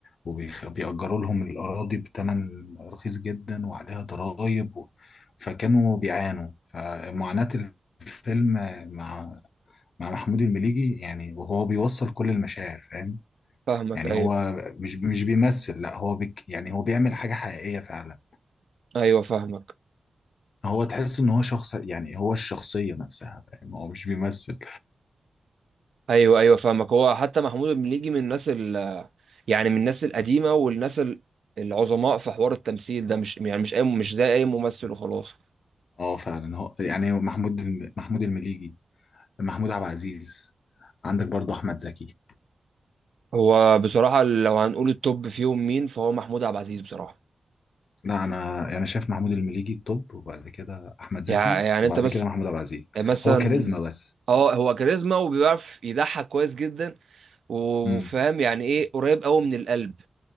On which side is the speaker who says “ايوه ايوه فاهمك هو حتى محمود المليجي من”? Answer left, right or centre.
Right